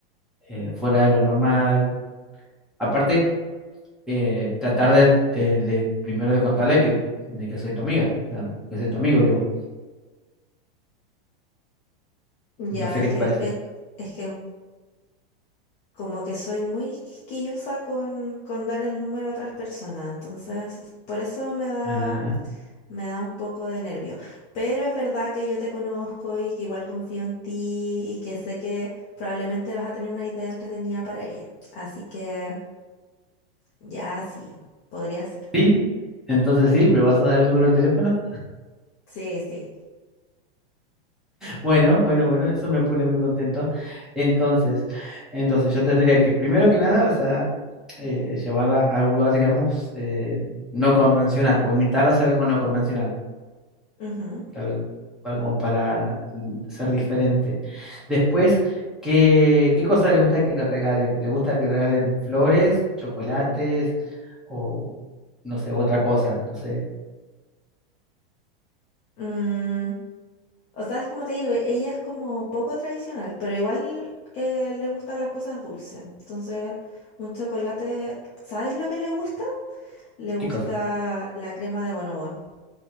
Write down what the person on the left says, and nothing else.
Ya,
es
que,
eh, es que como que soy muy quisquillosa con, con dar el número a otras personas, entonces por eso me da,
me da un poco de nervio. Pero es verdad que yo te conozco y que igual confío en ti y que sé que probablemente vas a tener una idea entretenida para ella. Así que ya sí, podría ser.
Sí, sí.
Ujú.
Mm, o sea, es como te digo, ella es como poco tradicional, pero igual eh, le gustan las cosas dulces. Entonces, un chocolate, ¿sabes lo que le gusta? Le gusta
la crema de bonobón.